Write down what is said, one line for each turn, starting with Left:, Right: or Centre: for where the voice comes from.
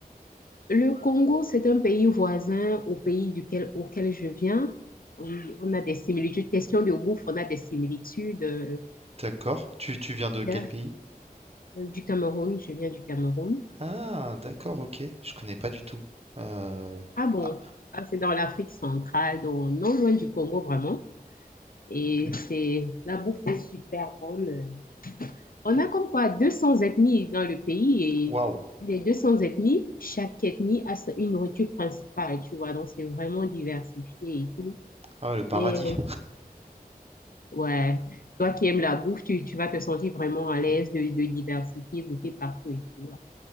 Left: Le Congo, c'est un pays voisin au pays duquel, auquel je viens. Oui, on a des similitudes. Question de bouffe, on a des similitudes. euh,
Right: D'accord. Tu, tu viens de
Left: yeah.
Right: quel pays?
Left: Du Cameroun, je viens du Cameroun.
Right: Ah, d'accord, ok. Je connais pas du tout. Euh,
Left: Ah bon?
Right: ah,
Left: Ah, c'est dans l'Afrique centrale, donc non loin du Congo vraiment. Et c'est la bouffe est super bonne. On a comme quoi 200 ethnies dans le pays et
Right: Waouh.
Left: les 200 ethnies, chaque ethnie a sa- une nourriture principale, tu vois. Donc c'est vraiment diversifié et tout.
Right: Ah ouais, le paradis.
Left: Les... Ouais, toi qui aimes la bouffe, tu, tu vas te sentir vraiment à l'aise de, de diversifier, goûter partout et tout